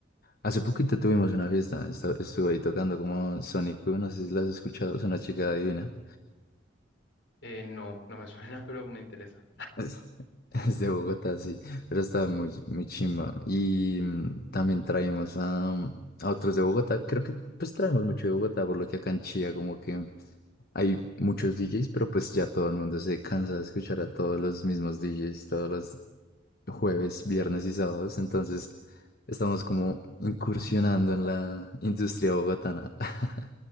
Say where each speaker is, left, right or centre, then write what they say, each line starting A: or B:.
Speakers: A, on the left (about 50°); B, on the left (about 70°).
A: hace poquito tuvimos una fiesta, esta- estuve ahí tocando como Sonic, no sé si la has escuchado, es una chica divina.
B: Eh, no, no me suena, <laughs> pero me interesa.
A: Es, es de Bogotá, sí, pero estaba muy, muy chimba. Y mm, también traemos a, a otros de Bogotá, creo que pues traemos mucho de Bogotá, por lo que acá en Chía como que... Hay muchos DJs, pero pues ya todo el mundo se cansa de escuchar a todos los mismos DJs todos los jueves, viernes y sábados. Entonces estamos como incursionando en la industria bogotana. <laughs>